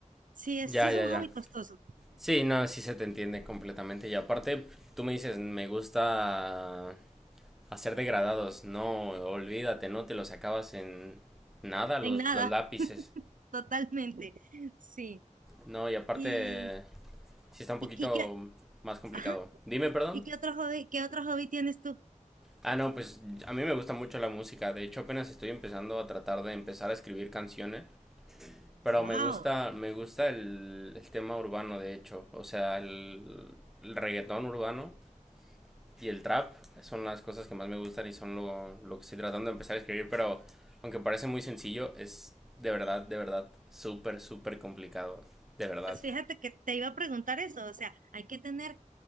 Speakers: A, on the right; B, in the centre.
A: Sí, es,
B: Ya,
A: sí es
B: ya,
A: un
B: ya.
A: hobby costoso,
B: Sí, no, sí se te entiende completamente. Y aparte, tú me dices, me gusta a ser degradados. No, olvídate, no te los acabas en nada los,
A: en nada,
B: los lápices.
A: <laughs> totalmente, sí.
B: No, y aparte,
A: Y,
B: sí está un
A: y,
B: poquito
A: y qué,
B: más complicado.
A: ajá,
B: Dime, perdón.
A: ¿y qué otro hobby, qué otro hobby tienes tú?
B: Ah, no, pues a mí me gusta mucho la música. De hecho, apenas estoy empezando a tratar de empezar a escribir canciones. Pero
A: ¡Wow!
B: me gusta, me gusta el, el tema urbano, de hecho. O sea, el, el reggaetón urbano. y el trap son las cosas que más me gustan y son lo, lo que estoy tratando de empezar a escribir, pero aunque parece muy sencillo, es de verdad, de verdad, súper, súper complicado. De verdad.
A: Pues fíjate que te iba a preguntar eso, o sea, hay que tener